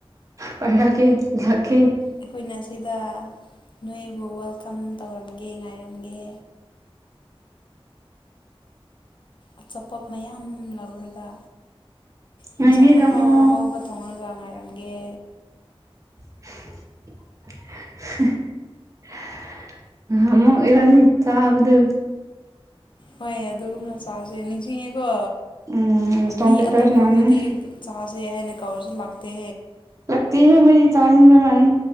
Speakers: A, on the right (about 30°); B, on the left (about 55°).
A: ꯄꯥꯏꯔꯛꯀꯦ ꯂꯥꯛꯀꯦ
B: ꯑꯩꯈꯣꯏꯅ ꯁꯤꯗ ꯅꯣꯏꯕꯨ ꯋꯦꯜꯀꯝ ꯇꯧꯔꯝꯒꯦ ꯉꯥꯏꯔꯝꯒꯦ ꯑꯆꯥꯄꯣꯠ ꯃꯌꯥꯝ ꯂꯧꯔꯒ ꯌꯦꯟꯁꯥꯡ
A: ꯉꯥꯏꯕꯤꯔꯝꯃꯣ
B: ꯑꯍꯥꯎ ꯑꯍꯥꯎꯕ ꯊꯣꯡꯉꯒ ꯉꯥꯏꯔꯝꯒꯦ
A: <unintelligible> ꯉꯍꯥꯟꯃꯨꯛ ꯏꯕꯥꯅꯤ ꯆꯥꯕꯗꯨ
B: ꯍꯣꯏ ꯑꯗꯨꯒꯨꯝꯅ ꯆꯥꯁꯦ ꯅꯤꯡꯁꯤꯡꯉꯦꯀꯣ
A: ꯎꯝ ꯏꯁꯇꯣꯟ
B: ꯃꯤ
A: ꯄꯦꯄꯔ
B: ꯑꯇꯣꯞꯄꯕꯨꯗꯤ
A: ꯁꯥꯟꯅꯅꯤ
B: ꯆꯥꯁꯦ ꯍꯥꯏꯅ ꯀꯧꯔꯁꯨ ꯂꯥꯛ ꯇꯦ
A: ꯂꯛꯇꯦꯍꯦ ꯃꯣꯏꯗꯤ ꯆꯥꯅꯤꯡꯕ ꯃꯥꯜꯂꯤ